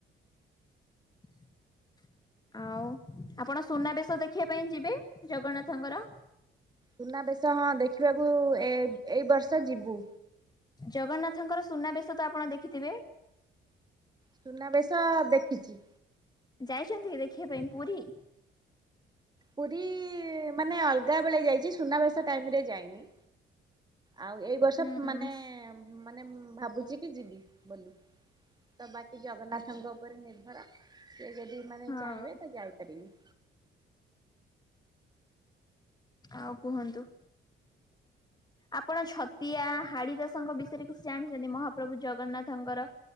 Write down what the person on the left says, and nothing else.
<inaudible> ଆଉ ଆପଣ ସୁନାବେଶ ଦେଖିବା ପାଇଁ ଯିବେ ଜଗନ୍ନାଥଙ୍କର।
ଜଗନ୍ନାଥଙ୍କର ସୁନାବେଶ ତ ଆପଣ ଦେଖିଥିବେ।
ଯାଇଛନ୍ତି କି ଦେଖିବା ପାଇଁ ପୁରୀ?
ଉଁ
ହଁ
ଆଉ କୁହନ୍ତୁ। ଆପଣ ଛତିଆ ହାଡିଦାସଙ୍କ ବିଷୟରେ କିଛି ଜାଣିଛନ୍ତି? ମହାପ୍ରଭୁ ଜଗନ୍ନାଥଙ୍କର